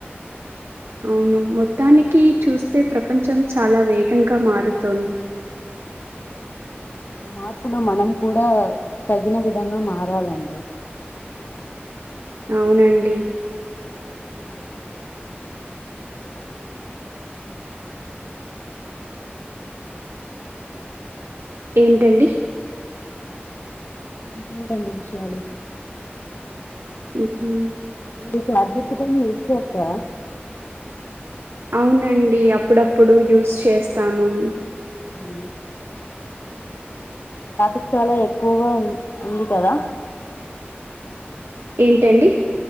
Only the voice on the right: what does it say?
అవును మొత్తానికి చూస్తే ప్రపంచం చాలా వేగంగా మారుతోంది.
అవునండి. ఏంటండి
ఊహుం
అవునండి అప్పుడప్పుడు యూస్ చేస్తాను.
ఏంటండి